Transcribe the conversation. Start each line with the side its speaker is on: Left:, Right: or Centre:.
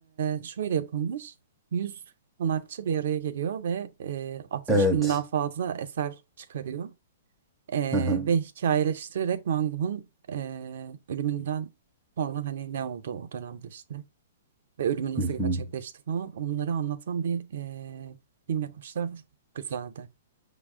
Right: e, şöyle yapılmış. yüz sanatçı bir araya geliyor ve e, 60
Centre: Evet.
Right: binden fazla eser çıkarıyor. Eee,
Centre: Aha.
Right: ve hikayeleştirerek Van Gogh'un eee, ölümünden sonra hani ne oldu o dönemde işte ve ölümü nasıl
Centre: Hı hı.
Right: gerçekleşti falan onları anlatan bir eee, film yapmışlar. Çok güzeldi.